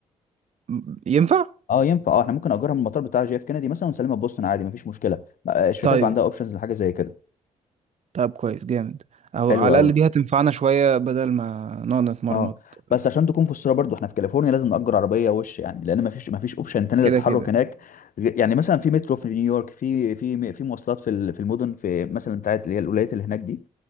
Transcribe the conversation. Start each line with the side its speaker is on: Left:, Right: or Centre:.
Right: م- ينفع
Left: اه ينفع اه احنا ممكن نأجرها من المطار بتاع جي اف كندي مثلا ونسلمها في بوسطن عادي مفيش مشكله بقى الشركات
Right: طيب
Left: بقى عندها اوبشنز لحاجه زي كده
Right: طب كويس جامد او
Left: حلو
Right: على
Left: قوي
Right: الاقل دي هتنفعنا شويه بدل ما نقعد نتمرمط
Left: اه بس عشان تكون في الصوره برضو احنا في كاليفورنيا لازم نأجر عربيه وش يعني لان مفيش مفيش اوبشن تاني
Right: كده
Left: للتحرك
Right: كده
Left: هناك غ- يعني مثلا في مترو في نيويورك في في في مواصلات في ال- في المدن في مثلا بتاعت اللي هي الولايات اللي هناك دي